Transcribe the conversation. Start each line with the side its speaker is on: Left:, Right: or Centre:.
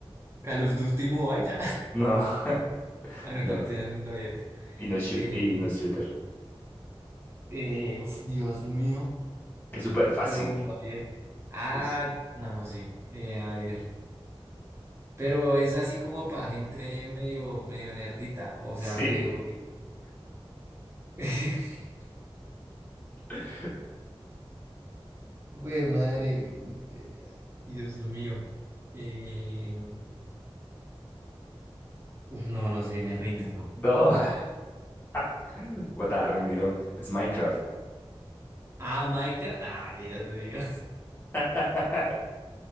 Right: Call of Duty Mobile. <laughs>
Left: No. <laughs>
Right: Ah, no,
Left: No,
Right: claro que sí, en el mundo abierto.
Left: y no es shoot,
Right: Eh,
Left: y no es shooter.
Right: Eh, uf, Dios mío,
Left: Es súper fácil.
Right: pero mundo abierto. Ah,
Left: Es-
Right: no, no sé. Eh, a ver. Pero es así como para gente medio, medio nerdita, o
Left: Sí.
Right: sea, medio. <laughs>
Left: <laughs>
Right: Güey, madre. eh, Dios mío. Eh, uf, no, no sé, me rindo.
Left: No. <laughs> Voy a rendir, hombre. Es Minecraft.
Right: Ah, Minecraft. Ah, Dios mío.
Left: <laughs>